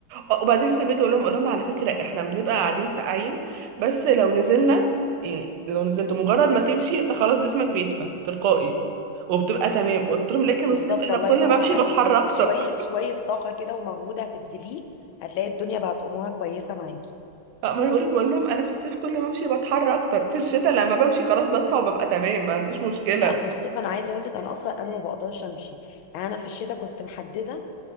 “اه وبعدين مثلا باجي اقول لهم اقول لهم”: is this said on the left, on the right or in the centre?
Right